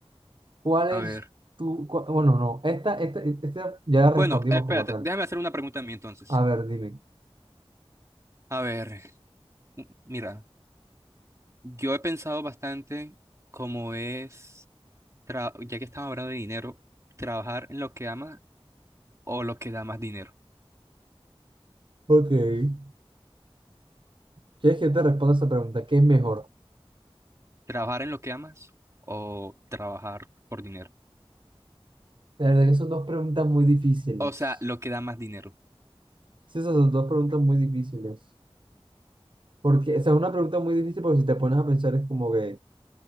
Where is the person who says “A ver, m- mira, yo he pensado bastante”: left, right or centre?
Right